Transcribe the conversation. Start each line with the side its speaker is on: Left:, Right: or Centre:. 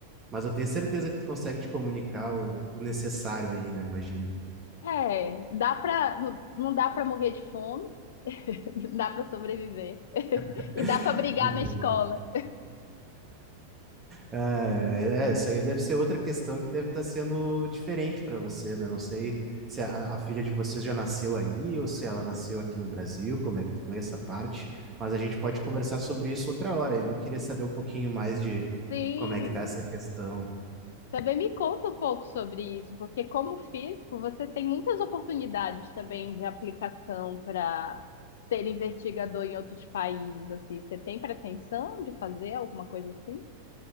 Right: mas eu tenho certeza que tu consegue te comunicar o o necessário aí, né? Imagino.
Left: É, dá pra, não, não dá pra morrer de fome, <laughs> dá pra sobreviver.
Right: <laughs>
Left: E dá pra brigar na escola.
Right: Ah, é, é, isso aí deve ser outra questão que deve estar sendo diferente para vocês, né? Não sei se a, a filha de vocês já nasceu aí ou se ela nasceu aqui no Brasil, como é que foi essa parte, mas a gente pode conversar sobre isso outra hora. Ainda queria saber um pouquinho mais de
Left: Sim,
Right: como é que tá essa questão.
Left: Também me conta um pouco sobre isso, porque como físico, você tem muitas oportunidades também de aplicação para ser investigador em outros países, assim. Você tem pretensão de fazer alguma coisa assim?